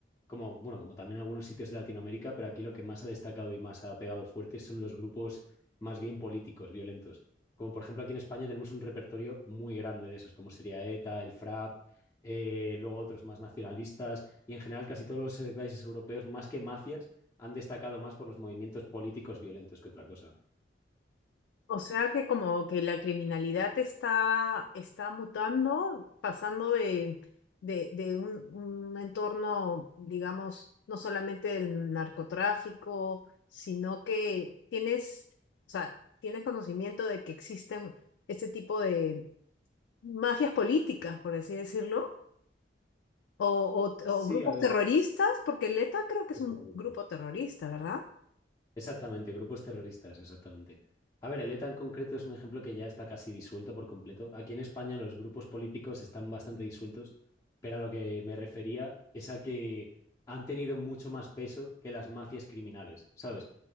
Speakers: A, on the left; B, on the left.
A: como bueno, como también en algunos sitios de Latinoamérica, pero aquí lo que más ha destacado y más ha pegado fuerte son los grupos más bien políticos, violentos. Como por ejemplo aquí en España tenemos un repertorio muy grande de esos, como sería ETA, el FRAP, eh, luego otros más nacionalistas y en general casi todos los eh, países europeos, más que mafias, han destacado más por los movimientos políticos violentos que otra cosa.
B: O sea que como que la criminalidad está, está mutando, pasando de, de, de un, un entorno, digamos, no solamente del narcotráfico, sino que tienes, o sea, tienes conocimiento de que existen este tipo de mafias políticas, por así decirlo, o, o,
A: Sí,
B: o grupos
A: a ver,
B: terroristas, porque el ETA creo que
A: grupos
B: es un
A: terroristas.
B: grupo terrorista, ¿verdad?
A: Exactamente, grupos terroristas, exactamente. A ver, el ETA en concreto es un ejemplo que ya está casi disuelto por completo. Aquí en España los grupos políticos están bastante disueltos, pero a lo que me refería es a que han tenido mucho más peso que las mafias criminales, ¿sabes?